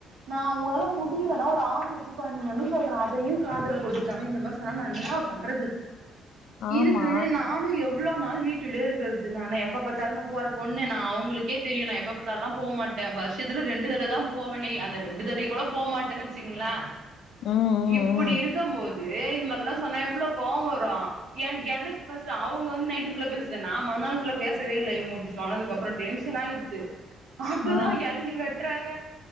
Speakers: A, on the right; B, on the left.
A: நா உங்ளால முடியில நா ஒரு ஆறு வர்ஷ கொழந்த மாரினு சொல்ற அதையூ காதுல போட்டுக்காம இந்த மாரி சொனா நா இன்னா பண்றது
B: ஆமா
A: இதுக்குனே நா நானு எவ்ளோ நாள் வீட்டுலே இருக்கற்து நா என்ன எப்ப பத்தாலுமா போற பொண்ணு நா அவுங்ளுக்கே தெரியு நா எப்ப பா தா லா போ மாட்ட வர்ஷத்துல ரெண்டு தட தா போவனே அந்த ரெண்டு தடயு கூட போமா திங்ளா
B: ம் ம்
A: இப்புடி இருக்கம் போது இந்த மார்லா சொன்னா எவ்ளோ கோவோ வரூ எ எனக் ஃபஸ் அவுங்க வந்து நைட்டு ஃபுல்லா பேஸ்த நா மந்நாள் ஃபுல்லா பேசவே இல்ல இவுங்க இப்டி போனதுக்கப்பறோ டென்ஷன் ஆயிட்டு அப்பதா
B: ம் ஆ
A: எள்நி வெட்றாங்க